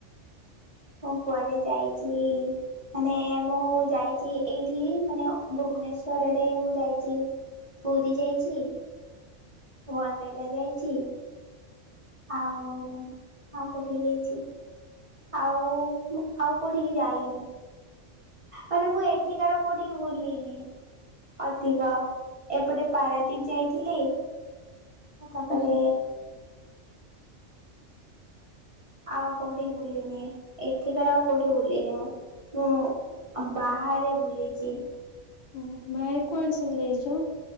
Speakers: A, on the right; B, on the left.
A: ମୁଁ କୁଆଡେ ଯାଇଛି? ମାନେ ମୁଁ ଯାଇଛି ଏଇଠି ମାନେ ଭୁବନେଶ୍ଵର ଆଡେ ମୁଁ ଯାଇଛି। ପୁରୀ ଯାଇଛି। ୱାଣ୍ଡେର୍ଲା ଯାଇଛି। ଆଉ ଆଉ କୋଉଠି କି ଯାଇଛି? ଆଉ ଆଉ କୋଉଠିକି ଯାଇନି ମାନେ ମୁଁ ଏଠିକାର କୋଉଠିକି ବୁଲିନି ଅଧିକ ଏପଟେ ପାରାଦୀପ ଯାଇଥିଲି। ତାପରେ
B: ହୁଁ। ହୁଁ
A: ଆଉ କୋଉଠିକି ବୁଲିିନି ଏଠିକାର ଆଉ କୋଉଠି ବୁଲିିନି ମୁଁ ମୁଁ ବାହାରେ ବୁଲିଛି।
B: ଓ ବାହାରେ କୁଆଡେ ସବୁ ଯାଇଛ?